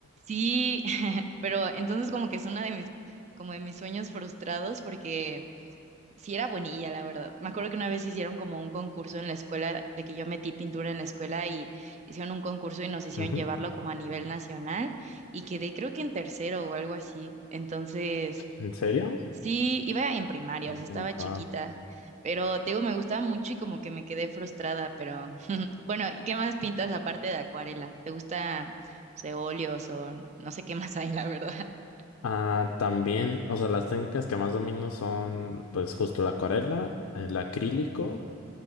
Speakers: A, on the right; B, on the left.
A: sí, <laughs> pero entonces como que es uno de mis como de mis sueños frustrados porque sí era buenilla, la verdad. Me acuerdo que una vez hicieron como un concurso en la escuela, de que yo metí pintura en la escuela y hicieron un concurso y nos hicieron
B: Ujú.
A: llevarlo como a nivel nacional y quedé creo que en tercero o algo así. Entonces,
B: ¿En serio?
A: sí, iba en primaria,
B: Mm,
A: o sea, estaba chiquita,
B: Wow.
A: pero te digo, me gustaba mucho y como que me quedé frustrada, pero <laughs> bueno, ¿y qué más pintas aparte de acuarela? ¿Te gusta, no sé, óleos o no, no sé qué más hay, la verdad? <laughs>
B: Ah, también, o sea, las técnicas que más domino son, pues, justo la acuarela, el acrílico